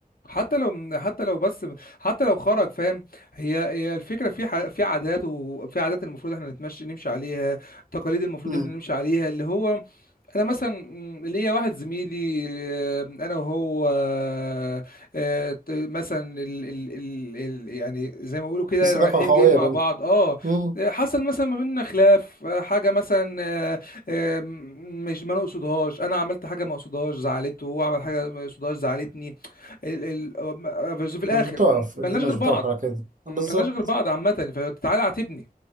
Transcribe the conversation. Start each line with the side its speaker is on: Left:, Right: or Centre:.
Left: حتى لو حتى لو بس حتى لو خرج فاهم هي هي الفكره في ح- في عادات وفي عادات المفروض احنا نتمشي نمشي عليها تقاليد المفروض
Right: امم
Left: احنا نمشي عليها اللي هو انا مثلا م، ليا واحد زميلي آه، انا وهو آه، آه، ت- مثلا ال ال ال ال يعني زي ما بيقولوا كده
Right: في صداقة
Left: رايحين
Right: قوية
Left: جايين مع
Right: بينكم
Left: بعض اه
Right: امم
Left: آه، حصل مثلا ما بيننا خلاف آه، حاجه مثلا آه، آه، م- مش ما نقصدهاش انا عملت حاجه ما اقصدهاش زعلته هو عمل حاجه ما يقصدهاش زعلتني ال ال بس في الاخر
Right: مش بتقف
Left: ملناش
Right: الدنيا
Left: غير
Right: مش
Left: بعض
Right: بتقف على كده بالظبط
Left: ملناش غير بعض عامه فتعالى اعاتبني